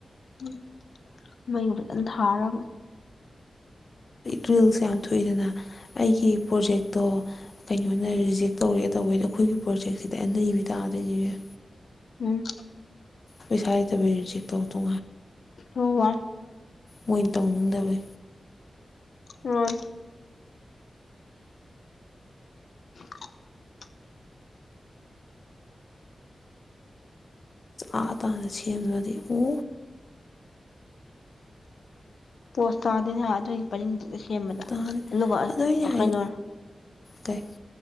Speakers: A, on the left (about 80°); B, on the left (about 50°).
A: ꯎ ꯃꯣꯏ ꯐꯖꯅ ꯊꯥꯔꯒ
B: ꯔꯤꯜꯁꯦ ꯌꯥꯝ ꯊꯣꯛꯏꯗꯅ ꯑꯩꯒꯤ ꯄ꯭ꯔꯣꯖꯦꯛꯇꯣ ꯀꯩꯅꯣꯅ ꯔꯤꯖꯦꯛ ꯇꯧ ꯇꯧꯔꯛꯦ ꯇꯧꯕꯦꯗ ꯑꯩꯈꯣꯏꯒꯤ ꯄ꯭ꯔꯣꯖꯦꯛꯁꯤꯗꯤ ꯑꯩꯅ ꯏꯕꯤ ꯇꯥꯗꯣꯏꯅꯤꯅꯦꯦ
A: ꯎꯝ
B: ꯄꯩꯁꯥꯏꯗꯕ ꯇꯧꯣ
A: ꯍ ꯋꯥ
B: ꯃꯣꯏꯅ ꯇꯧꯅꯤꯡꯗꯕꯅꯤ
A: ꯎꯝ ꯎ
B: ꯑꯥ ꯇꯥꯅ ꯁꯦꯝꯂꯒꯗꯤ ꯎ
A: ꯄꯣꯁꯇꯥꯗ ꯌꯥꯗ ꯄ ꯁꯦꯝꯕꯗ
B: ꯇꯥꯗꯦ
A: ꯑꯗꯨꯒ
B: ꯑꯗꯣ ꯑꯩꯅ ꯍꯥꯏ
A: ꯀꯩꯅꯣ
B: ꯀꯩ